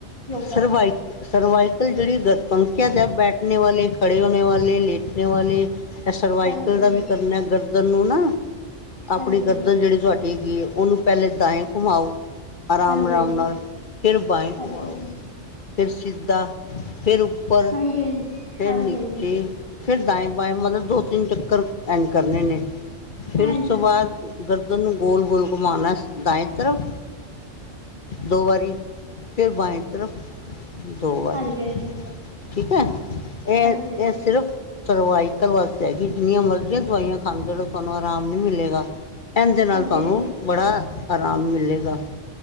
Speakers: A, on the left; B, on the left.
A: ਯੋਗਾ
B: ਸਰਵਾਈ ਸਰਵਾਈਕਲ ਜੇੜੀ ਗਰਦਨ ਕੇ ਬੈਠਣੇ ਵਾਲੇ, ਖੜੇ ਹੋਣੇ ਵਾਲੇ, ਲੇਟਣੇ ਵਾਲੇ। ਐ ਸਰਵਾਈਕਲ
A: ਹਾਂਜੀ
B: ਦਾ ਵੀ
A: ਹਾਂਜੀ
B: ਕਰਨਾ ਐ ਗਰਦਨ ਨੂੰ ਨਾ, ਅਪਣੀ
A: ਹਾਂਜੀ
B: ਗਰਦਨ ਜੇੜੀ ਤੁਹਾਡੀ ਹੈਗੀ ਏ ਔਨੂੰ ਪਹਿਲੇ ਦਾਏ ਘੁੰਮਾਓ, ਅਰਾਮ
A: ਹਾਂਜੀ
B: ਰਾਮ
A: ਹਾਂਜੀ
B: ਨਾਲ ਫਿਰ ਬਾਂਏ
A: ਹਾਂਜੀ
B: ਘੁੰਮਾਓ। ਫੇਰ ਸਿੱਧਾ, ਫੇਰ ਉੱਪਰ,
A: ਹਾਂਜੀ ਹਾਂਜੀ
B: ਫੇਰ
A: ਹਾਂਜੀ
B: ਨਿਚੇ।
A: ਹਾਂਜੀ
B: ਫਿਰ ਦਾਏਂ ਬਾਏਂ ਮਤਲਬ ਦੋ ਤਿੰਨ ਚੱਕਰ ਐਂਜ ਕਰਨੇ ਨੇ ਫਿਰ
A: ਹਾਂਜੀ
B: ਉਸ ਤੋਂ ਬਾਦ
A: ਹਾਂਜੀ ਹਾਂਜੀ
B: ਗਰਦਨ ਨੂੰ ਗੋਲ ਗੋਲ ਘੁਮਾਣਾ ਐ ਦਾਏਂ ਤਰਫ। ਦੋ ਵਾਰੀ, ਫੇਰ ਬਾਏਂ ਤਰਫ। ਦੋ ਵਾਰੀ,
A: ਹਾਂਜੀ
B: ਠੀਕ ਐ ਏ
A: ਹਾਂਜੀ
B: ਐ ਸਿਰਫ ਸਰਵਾਈਕਲ ਵਾਸਤੇ ਹੈਗੀ। ਜਿੰਨੀਆਂ ਮਰਜ਼ੀਆਂ ਦਵਾਈਆਂ ਖਾਂਦੇ ਰੋ ਤੁਹਾਨੂੰ ਅਰਾਮ ਨੀ ਮਿਲੇਗਾ। ਐਂਦੇ ਨਾਲ
A: ਹਾਂਜੀ
B: ਤੁਹਾਨੂੰ
A: ਹਾਂਜੀ ਹਾਂਜੀ
B: ਬੜਾ ਆਰਾਮ ਮਿਲੇਗਾ।